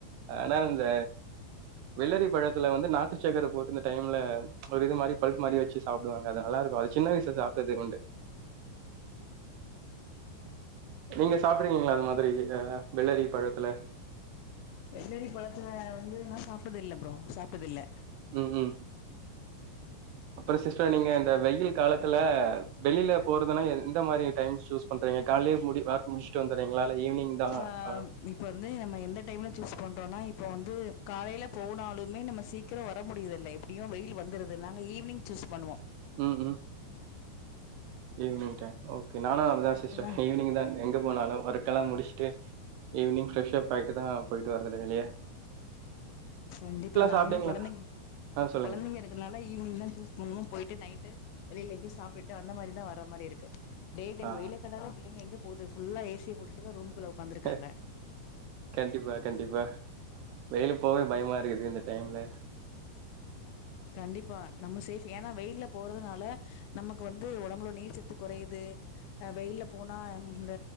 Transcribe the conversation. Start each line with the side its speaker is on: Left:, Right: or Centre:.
Right: ஆனால அந்த வெள்ளரி பழத்துல வந்து நாட்டு சக்கர போட்டு இந்த டைம்ல ஒரு இது மாதிரி பல்பு மாரி வச்சு சாப்டுவாங்க அது நல்லார்க்கு சின்ன வயசுல சாப்ட்டது உண்டு நீங்க சாப்ட்றீங்களா அது மாதிரி் வெள்ளரி பழத்தல
Left: வெள்ளரி பழத்துல வந்து நா சாப்ட்டதல்ல ப்ரோ சாப்ட்டதல்ல
Right: ம் ம் அப்றோ சிஸ்டர் நீங்க இந்த வெயில் காலத்தல்ல வெளியில போறதுனா எந்த மாதிரி டைம் சூஸ் பண்றீங்க கால்லியே முடி ஒர்க் முடிச் ட்டு வந்திறீங்களா இல்ல ஈவினிங் தான்
Left: ஆ
Right: அ
Left: இப்பந்து நம்ம எந்த டைம்ல சூஸ் பண்றோன்னா இப்போ வந்து காலையில போனாலுமே நம்ம சீக் கிறோ வர முடியதில்ல எப்படியு வெயில் வந்துருது நாங்க ஈவினிங் சூஸ் பண்ணுவோ
Right: ம் ம் ஈவ்னிங் டைம் ஓகே நானு அது தா சிஸ்டர்
Left: ஏன்னா
Right: ஈவினிங் தா எங்க போனாலு ஒர்க்கெல்லா முடிஸ்ட்டு ஈவினிங் ப்ரெஷ்ஷப் ஆயிட்டு தா போயிட்டு வற்றது வெளியே
Left: கண்டிப்பா நாங்களு
Right: சாப்ட்டீங்களா?
Left: குழந்தைங்
Right: ஆ சொல்லுங்க.
Left: குழந்தைங்க இருக் க நால ஈவினிங் தா சூஸ் பண்ணுவோ போயிட்டு நைட்டு வெளியில சாப்ட்டு அந்த மாரி தா வற்ற மாரி இருக்கு டே டைம்
Right: ஆ
Left: வெயிலக்கன்ட்டாலே பிள்ளைங்க எங்க போது ஃபுல்லா ஏசி போட்டுட்டு தா ரூமுக்குள்ள உக்காந்துருக்காங்க
Right: அ கண்டிப்பா கண்டிப்பா வெயில போவே பயமா இருக்கது இந்த டைம்ல
Left: கண்டிப்பா நம்ம சேஃப் ஏன்னா வெயில்ல போறதுனால. நமக்கு வந்து உடம்புல நீர்ச்சத்து குறையுது அ வெயில்ல போனா ம் இந்த.